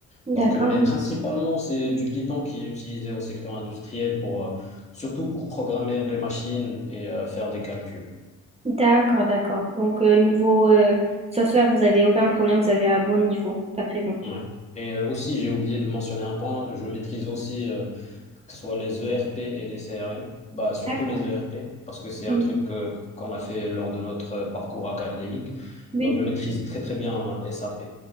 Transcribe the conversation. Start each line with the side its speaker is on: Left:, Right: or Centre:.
Right: D'accord,
Left: Donc, euh, mais
Right: oui.
Left: principalement, c'est du Python qui est utilisé au secteur industriel pour, euh, surtout pour programmer les machines et euh, faire des calculs.
Right: D'accord, d'accord. Donc, euh, niveau euh, software, vous avez aucun problème, vous avez un bon niveau, d'après vous.
Left: Ouais. Et euh, aussi, j'ai oublié de mentionner un point, je maîtrise aussi euh, que ce soit les ERP et les CRM, bah, surtout
Right: D'accord.
Left: les ERP, parce que c'est
Right: Oui.
Left: un truc euh, qu'on a fait lors de notre euh, parcours académique.
Right: Oui.
Left: Donc, je maîtrise très, très bien euh, SAP,